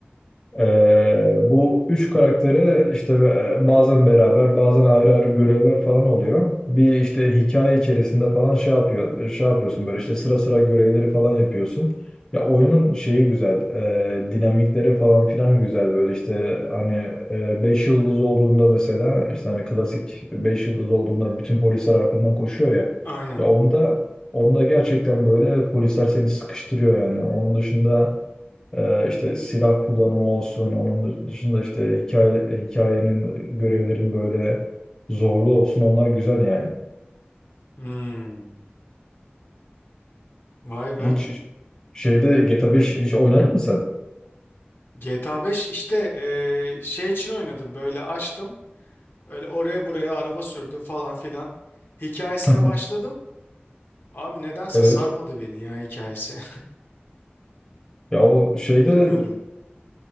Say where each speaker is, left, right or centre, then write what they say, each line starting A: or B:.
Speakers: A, on the left; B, on the left.
A: Ee, bu üç karaktere işte e, bazen beraber bazen ayrı ayrı görevler falan oluyor. Bir işte hikaye içerisinde falan şey yapıyor, şey yapıyorsun böyle işte sıra sıra görevleri falan yapıyorsun. Ya oyunun şeyi güzel, e, dinamikleri falan filan güzel böyle işte hani e, beş yıldız olduğunda mesela işte hani klasik beş yıldız olduğunda bütün polisler arkandan koşuyor ya.
B: Aynen.
A: Ya onda onda gerçekten böyle polisler seni sıkıştırıyor yani. Onun dışında. Ee, işte silah kullanımı olsun, onun dışında işte hikaye, hikayenin, görevlerin böyle zorluğu olsun onlar güzel yani.
B: Hmm. Vay be.
A: Hiç şeyde GTA beş hiç oynadın mı sen?
B: GTA 5 işte eee, şey için oynadım böyle açtım. Öyle oraya buraya araba sürdüm falan filan. Hikayesine
A: <laughs>
B: başladım. Abi nedense
A: Evet.
B: sarmadı beni ya hikayesi.
A: Ya o şeyde
B: <laughs> Bilmiyorum.